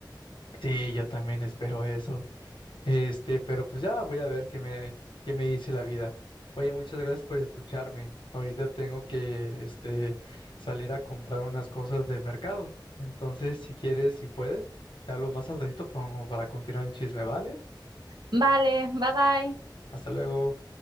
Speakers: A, on the left (about 85°); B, on the right (about 60°).
A: Sí, yo también espero eso. Este, pero pues ya voy a ver qué me, qué me dice la vida. Oye, muchas gracias por escucharme. Ahorita tengo que, este, salir a comprar unas cosas del mercado. Entonces, si quieres, si puedes, te hablo más al ratito pongo para continuar el chisme, ¿vale?
B: Vale, bye bye.
A: Hasta luego.